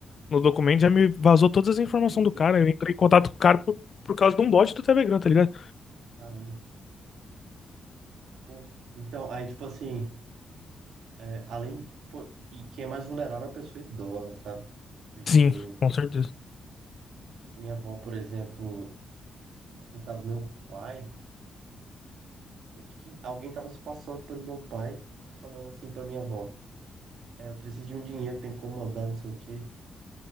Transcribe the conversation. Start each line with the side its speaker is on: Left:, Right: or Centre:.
Left: no documento já me vazou todas as informações
Right: Sim, sim.
Left: do cara. Eu entrei em contato com o cara por, por causa de um bot do Telegram, tá ligado?
Right: Caramba. Pô. Então, aí, tipo assim, é, além. pô, e quem é mais vulnerável é a pessoa idosa, sabe? Porque
Left: Sim, com certeza.
Right: minha avó, por exemplo, no caso, meu pai, o de quem- alguém tava se passando pelo meu pai, falando assim pra minha avó: é, eu preciso de um dinheiro, tem como mandar, não sei o quê.